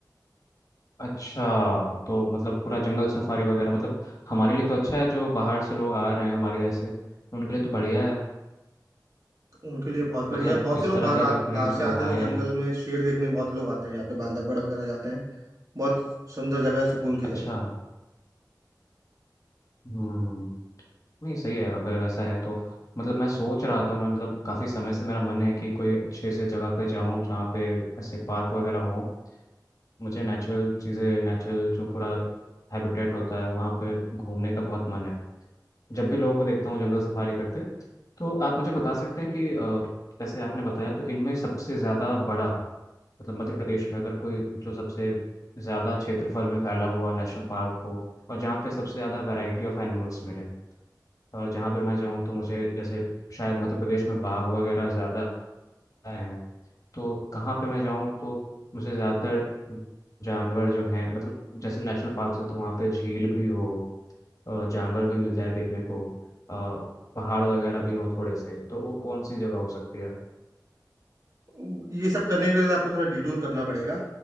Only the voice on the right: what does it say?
उनके लिए बहुत बढ़िया
है बहुत
से लोग
बाहर
आ,
बाहर
से आते हैं तो
जंगल में शेर देखने बहुत लोग आते हैं यहाँ पे बांधवगढ़ वगैरह जाते हैं बहुत सुंदर जगह है सुकून की
जगह
है ये सब करने के लिए तो आपको थोड़ा डिटूर करना पड़ेगा